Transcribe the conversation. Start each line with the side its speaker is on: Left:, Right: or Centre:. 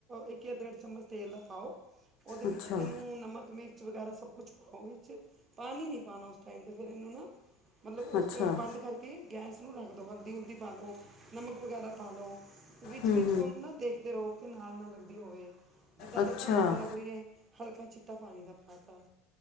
Right: ਇੱਕ ਜਾਂ ਡੇਢ ਚਮਚ ਤੇਲ ਦਾ ਪਾਓ ਉਹਦੇ ਵਿੱਚ
Left: ਅੱਛਾ
Right: ਇਹਨੂੰ ਨਮਕ ਮਿਰਚ ਵਗੈਰਾ ਸਭ ਕੁਛ ਪਾਓ ਵਿੱਚ ਪਾਣੀ ਨਹੀਂ ਪਾਉਣਾ ਉਸ ਟਾਈਮ ਤੇ ਫੇਰ ਇਹਨੂੰ ਨਾ, ਮਤਲਬ ਉਸ
Left: ਅੱਛਾ
Right: ਬੰਦ ਕਰਕੇ ਗੈਸ ਨੂੰ ਰੱਖ ਦਿਉ ਹਲਦੀ- ਹੁਲਦੀ ਪਾ ਲਉ। ਨਮਕ ਵਗੈਰਾ ਪਾ ਲਓ, ਤੇ ਵਿੱਚ
Left: ਹੂੰ
Right: -ਵਿੱਚ ਉਹਨੂੰ ਨਾ ਦੇਖਦੇ ਰਹੋ ਕਿ ਨਾਲ ਨਾ ਲੱਗਦੀ ਹੋਵੇ। ਜਿੱਦਾਂ
Left: ਅੱਛਾ
Right: ਦੇਖੋ ਨਾਲ ਲੱਗ ਰਹੀ ਹੈ ਹਲਕਾ ਛਿੱਟਾ ਪਾਣੀ ਦਾ ਪਾ ਤਾ